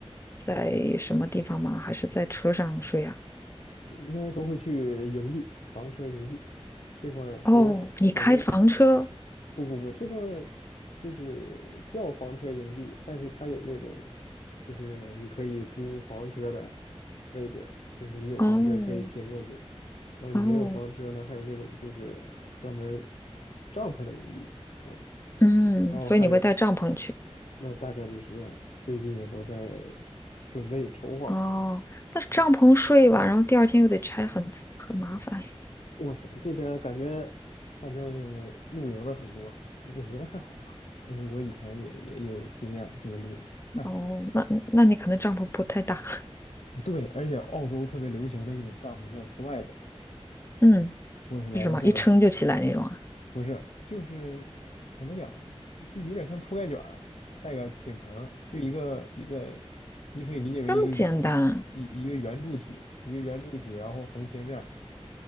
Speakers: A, on the left; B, on the left.
A: 在什么地方吗？还是在车上睡啊？
B: 应该都会去营地房车营地这块儿都有好好多
A: 哦，你开房车？
B: 不不不，这块儿就是叫房车营地，但是它有那种，就是你可以租房车的位置，就是你有房车可以停过去，
A: 哦
B: 然后你没有房车呢，
A: 哦，
B: 还有那种就是专门帐篷的营地啊，
A: 嗯，
B: 然后还有
A: 所以你会带帐篷去？
B: 那大概率是这样，最近也都在准备筹划。
A: 哦，那帐篷睡吧，然后第二天又得拆很，很麻烦。
B: 我天，这边儿感觉反正露营的很多，我觉得还好吧，而且我以前也也也有经验，这个露营还好。
A: 哦，那那你可能帐篷不太大，
B: 对，而且澳洲特别流行的一种帐篷叫 swag，
A: <laughs> 嗯，
B: 我也是来到这边的，
A: 是什么一撑就起来那种啊？
B: 不是，就是怎么讲，就有点像铺盖卷儿，带个顶棚儿，就一个一个，你可以理解为一个圆
A: 这么简单？
B: 一一个圆柱体，一个圆柱体，然后横切面儿